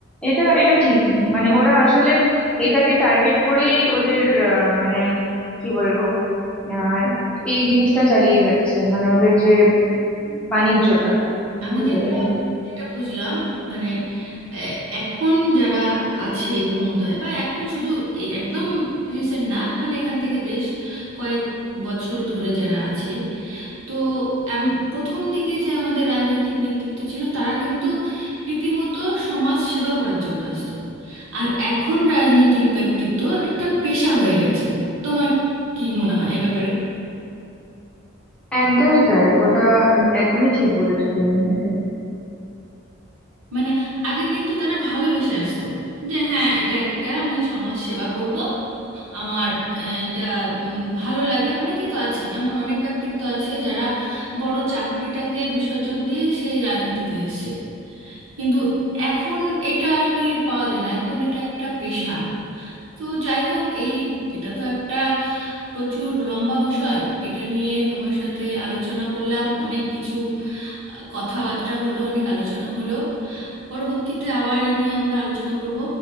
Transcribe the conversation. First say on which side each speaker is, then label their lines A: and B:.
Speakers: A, in the centre; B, on the right (about 85°).
A: এটা এটা ঠিকই মানে ওরা আসলে এটাকে টার্গেট করেই ওদের আহ, মানে কি বলবো আহ, এই জিনিসটা চালিয়ে যাচ্ছে মানে ওদের যে বাণিজ্যটা
B: আমি
A: বলতে
B: যেটা
A: গেলে
B: যেটা বুঝলাম মানে আহ, এখন যারা আছে ক্ষমতায় বা এখন শুধু এই একদম রিসেন্ট না মানে এখান থেকে বেশ কয়েক বছর ধরে যারা আছে তো এম- প্রথম দিকে যে আমাদের রাজনৈতিক নেতৃত্ব ছিল তারা কিন্তু রীতিমতো সমাজ সেবা করার জন্য আসতো আর এখন রাজনৈতিক ব্যক্তিত্ব একটা পেশা হয়ে গেছে তোমার কি মনে হয় এ ব্যাপারে
A: একদমই তাই ওটা একদমই ঠিক বলেছো তুমি এটা
B: মানে আগে কিন্তু তারা ভালোবেসে আসতো যে হ্যাঁ এটা একটা আমি সমাজ সেবা করব আমার আহ, এটা উম, ভালো লাগে অনেকে তো আছে এমন অনেক ব্যক্তিত্ব আছে যারা বড় চাকরিটাকে বিসর্জন দিয়ে সেই রাজনীতিতে এসেছে কিন্তু এখন এটা আর কি পাওয়া যায় না এখন এটা একটা পেশা তো যাই হোক এই এটা তো একটা প্রচুর লম্বা বিষয় এটা নিয়ে তোমার সাথে আলোচনা করলাম অনেক কিছু আহ, কথাবার্তা হলো অনেক আলোচনা হলো পরবর্তীতে আবার এই নিয়ে আমরা আলোচনা করব